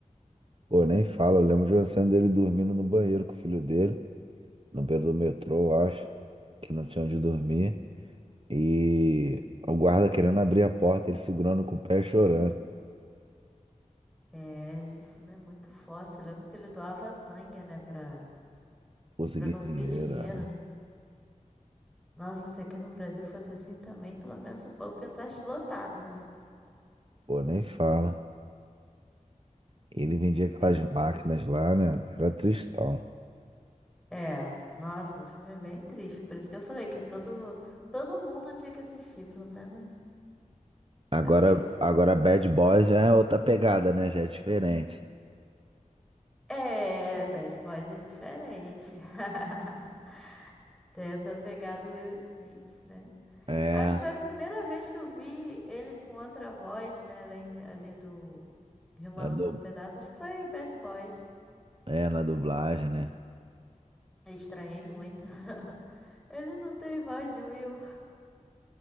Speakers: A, on the right; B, in the centre.
A: Pô, nem fala, eu lembro de uma cena dele dormindo no banheiro com o filho dele, no beiro do metrô, eu acho, que não tinha onde dormir. E o guarda querendo abrir a porta, ele segurando com o pé e chorando.
B: É, esse filme é muito forte. Eu lembro que ele doava sangue, né, pra,
A: conseguir
B: pra conseguir
A: dinheiro,
B: dinheiro,
A: ah.
B: né? Nossa, se aqui no Brasil fosse assim também, pelo menos o banco ia estar lotado, né?
A: Pô, nem fala. Ele vendia aquelas
B: É,
A: máquinas lá, né? Era tristão.
B: é. Nossa, o filme é bem triste. Por isso que eu falei que todo, todo mundo tinha que assistir, pelo menos.
A: Agora,
B: Assim,
A: agora Bad Boys já é outra pegada, né? Já é diferente.
B: É, Bad Boys é diferente. <laughs> Tem essa pegada do Will Smith, né?
A: É,
B: Acho que foi a primeira vez que eu vi ele com outra voz, né? Além de- ali do de uma
A: na,
B: Loucura
A: du...
B: um Pedaço. Acho que foi Bad Boys.
A: é, na dublagem, né?
B: Eu estranhei muito. <laughs> Ele não tem voz de Will.